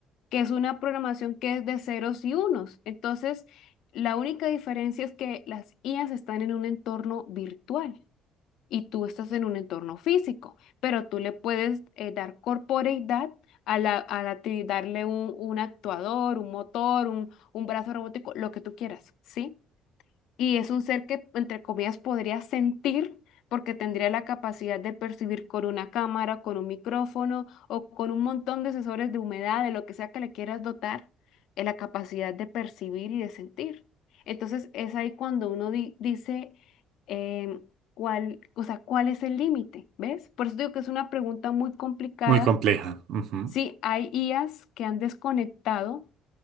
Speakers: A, on the left; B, on the right.
A: que es una programación que es de ceros y unos. Entonces, la única diferencia es que las IAs están en un entorno virtual y tú estás en un entorno físico, pero tú le puedes eh, dar corporeidad a la, a la actividad, darle un, un actuador, un motor, un, un brazo robótico, lo que tú quieras, ¿sí? y es un ser que, entre comillas, podría sentir porque tendría la capacidad de percibir con una cámara, con un micrófono o con un montón de sensores de humedad, de lo que sea que le quieras dotar, eh, la capacidad de percibir y de sentir. Entonces es ahí cuando uno di- dice, em, ¿cuál, o sea, cuál es el límite? ¿Ves? Por eso digo que es una pregunta muy complicada.
B: Muy compleja. Ujú.
A: Sí, hay IAs que han desconectado